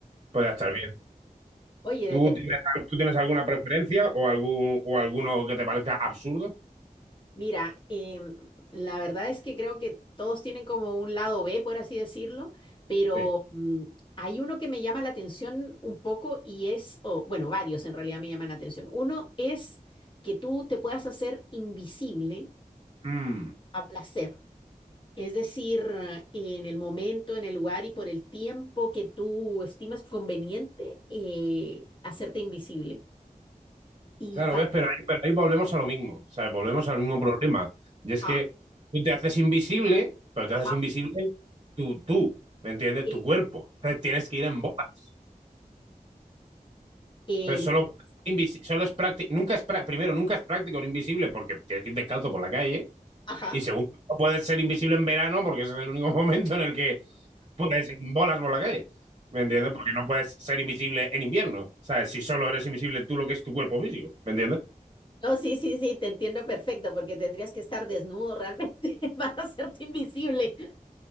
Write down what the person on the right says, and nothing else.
podría estar bien.
¿Tú
tienes, al- tú tienes alguna preferencia o, algún, o alguno que te parezca absurdo?
Sí.
Mm.
Claro,
ves, pero ahí, pero ahí volvemos a lo mismo, ¿sabes? Volvemos al mismo problema. Y es
que tú te haces invisible, pero te
haces invisible tú, tú, ¿me entiendes?
Tu cuerpo. Entonces tienes que ir en bolas.
Entonces
solo, invis- solo es práctico, nunca es prá- primero, nunca es práctico ir invisible porque tienes que ir descalzo por la calle.
Y segundo, no puedes ser invisible en verano porque ese es el único <laughs> momento en el que puedes ir en bolas por la calle. ¿Me entiendes? Porque no puedes ser invisible en invierno. ¿Sabes? Si solo eres invisible tú lo que es tu cuerpo físico. ¿Me entiendes?